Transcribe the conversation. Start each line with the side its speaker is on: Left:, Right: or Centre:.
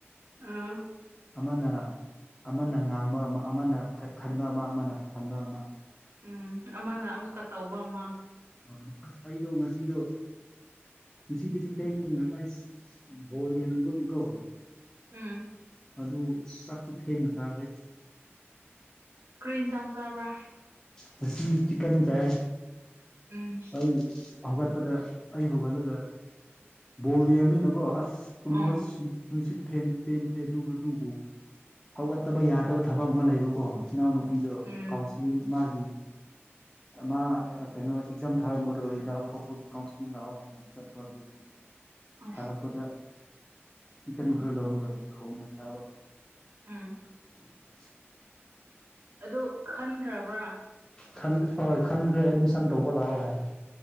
Right: ꯑꯥ
Left: ꯑꯃꯅꯥ ꯑꯃꯅ ꯉꯥꯡꯕ ꯑꯃ ꯑꯃꯅ ꯈ ꯈꯟꯕ ꯑꯃ ꯑꯃꯅ ꯈ ꯑꯟꯕ ꯑꯃ
Right: ꯎꯝ ꯑꯃꯅ ꯑꯃꯨꯛꯀ ꯇꯧꯕ ꯑꯃ
Left: ꯃꯥꯅꯤ ꯑꯁ ꯑꯩꯗꯣ ꯉꯁꯤꯗꯣ ꯉꯁꯤꯗꯤ ꯊꯦꯡ ꯉ ꯑꯁ ꯕꯣꯜ ꯌꯦꯡꯉꯨꯕꯒꯤ ꯀꯣ
Right: ꯎꯝ
Left: ꯑꯗꯨ ꯆꯥꯛꯁꯨ ꯊꯦꯡꯅ ꯆꯥꯒ꯭ꯔꯦ
Right: ꯀ꯭ꯔꯤ ꯏꯟꯁꯥꯡ ꯆꯥꯕ꯭ꯔꯥ
Left: ꯉꯁꯤ ꯆꯤꯛꯀꯟ ꯆꯥꯌꯦ
Right: ꯎꯝ
Left: ꯑꯩ ꯍꯧꯒꯠꯄꯗ ꯑꯩ ꯍꯧꯒꯠꯂꯒ ꯕꯣꯜ ꯌꯦꯡꯃꯤꯅꯀꯣ ꯑꯁ ꯇꯨꯝꯃꯁ
Right: ꯑꯣ
Left: ꯇꯨꯝꯁꯤꯠ ꯐꯦꯟ ꯄꯦꯟꯗ꯭ꯔꯦ ꯑꯗꯨ ꯑꯗꯨꯕꯨ ꯍꯧꯒꯠꯇꯕ ꯌꯥꯗꯕ ꯊꯕꯛ ꯑꯃ ꯂꯩꯕꯀꯣ ꯏꯅꯥꯎꯅꯨꯄꯤꯗꯣ
Right: ꯎꯝ
Left: ꯀꯥꯎꯟꯁꯤꯂꯤꯡ ꯃꯥꯒꯤ ꯑ ꯃꯥ ꯑ ꯀꯩꯅꯣ ꯑꯦꯛꯖꯥꯝ ꯊꯥꯔꯝꯕꯗꯣ ꯔꯤꯖꯟ ꯑꯥꯎꯠ ꯊꯣꯛꯄꯒꯤ ꯀꯥꯎꯟꯁꯤꯂꯤꯡ ꯂꯥꯛꯑꯣ ꯍꯥꯏꯅ ꯆꯠꯄ ꯑꯗꯨꯒꯤ
Right: ꯑꯁ
Left: ꯍꯜꯂꯛꯄꯗ ꯆꯤꯀꯟ ꯈꯔ ꯂꯧꯔꯒ ꯊꯣꯡꯉ ꯆꯥꯕ
Right: ꯎꯝ
Left: <unintelligible>
Right: ꯍ ꯑꯗꯨ ꯈꯟꯈ꯭ꯔꯕ꯭ꯔꯥ
Left: ꯈꯟ ꯍꯣꯏ ꯈꯟꯒ꯭ꯔꯦ ꯑꯦꯗꯃꯤꯁꯟ ꯇꯧꯕ ꯂꯥꯛꯑꯣ ꯍꯥꯏ